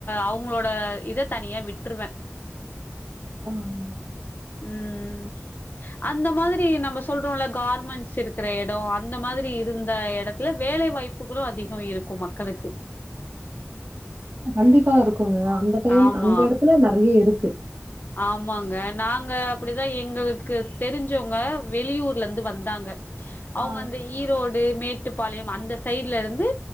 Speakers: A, on the left (about 50°); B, on the right (about 65°).
A: அவங்க உங்களோட இதை தனியா விட்டுருவேன்
B: உஹம்
A: உம் அந்த மாதிரி சொல்றோம்ல கார்மெண்ட்ஸ் இருக்கிற இடம் அந்த மாதிரி
B: ம்.
A: இருந்த இடத்த வேலை வாய்ப்புகளும் அதிகம் இருக்கும் மக்களுக்கு
B: கண்டிப்பா இருக்கும் ங்க அந்த டைம்
A: ஆமா
B: அந்த இடத்துல நிறைய இருக்கு
A: ஆமாங்க நாங்க அப்படிதான் எங்களுக்கு தெரிஞ்சவங்க வெளியூர்ல இருந்து வந்தாங்க அவங்க
B: ஆ.
A: வந்து ஈரோடு மேட்டுப்பாளையம் அந்த சைட்ல இருந்து